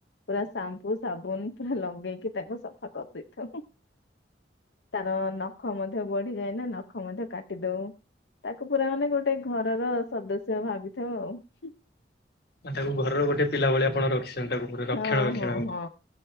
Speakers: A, on the left; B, on the left.
A: ପୁରା ସାମ୍ପୁ ସାବୁନ୍ ପୁରା ଲଗେଇକି ତାକୁ ସଫା କରିଦେଇଥାଉ ହୁଁ। ତାର ନଖ ମଧ୍ୟ ବଢିଯାଏ ନା, ନଖ ମଧ୍ୟ କାଟି ଦଉ। ତାକୁ ପୁରା ମାନେ ଗୋଟେ ଘରର ସଦସ୍ୟ ଭାବିଥାଉ ଆଉ।
B: ମାନେ ତାକୁ ଘରର ଗୋଟେ ପିଲା ଭଳି ଆପଣ ରଖିଚନ୍ତି ତାକୁ ପୁରା ରକ୍ଷଣା
A: ଆଉ
B: ବକ୍ଷଣ
A: ହଁ
B: କରି।
A: ହଁ ହଁ।